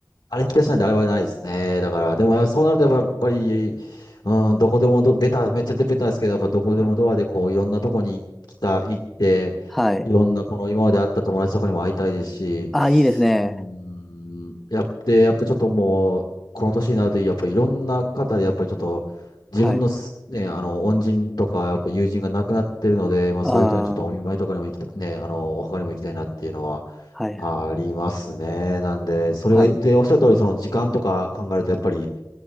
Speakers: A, on the left; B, in the centre.
A: あれ引き出しなんであれはないですね。だから、でもそうなるとやっぱり、うん、どこでもど、ベタ、めっちゃベタですけど、やっぱどこでもドアでこう、
B: はい。
A: いろんなとこに来た、行って、
B: はい。
A: いろんなこの今まで会った友達とかにも会いたいですし、
B: あ、いいですね。
A: うん、やって、やっぱちょっともう、この年になると、やっぱりいろんな方で、やっぱりちょっと、自分のす、
B: はい。
A: ね、あの、恩人とか、やっぱ友人が亡くなってるので、まあそういう人にちょっとお見舞いとかにも行きた、
B: ああ
A: ね、あの、お墓にも行きたいなっていうのは、
B: はい。
A: ありますね。なんで、それが、
B: はい。
A: で、おっしゃる通り、その時間とか考えると、やっぱり